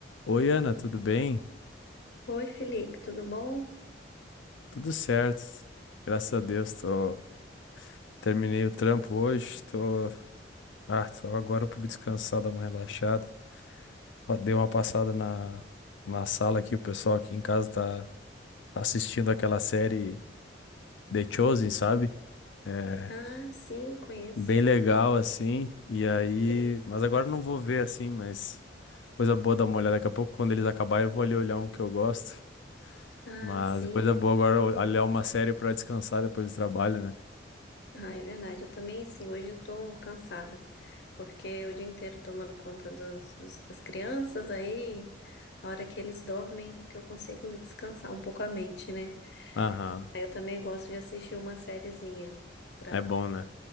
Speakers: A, on the left; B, on the left.
A: Oi, Ana, tudo bem?
B: Oi, Felipe, tudo bom?
A: Tudo certo. Graças a Deus, tô... terminei o trampo hoje, tô... Ah, tô agora por descansar, dar uma relaxada. Pa- Dei uma passada na, na sala aqui, o pessoal aqui em casa tá tá assistindo aquela série The Chosen, sabe? É
B: Ah, sim, conheço.
A: bem legal, assim, e aí...
B: E-
A: Mas agora eu não vou ver, assim, mas coisa boa dar uma olhada. Daqui a pouco, quando eles acabarem, eu vou ali olhar um que eu gosto.
B: Ah,
A: Mas
B: sim.
A: coisa boa agora olhar uma série pra descansar depois do trabalho, né?
B: Ah, é verdade. Eu também, sim. Hoje eu tô cansada, porque é o dia inteiro tomando conta dos, dos- das crianças, aí a hora que eles dormem que eu consigo descansar um pouco a mente, né?
A: Aham,
B: Aí eu também gosto de assistir uma sériezinha pra,
A: é bom, né?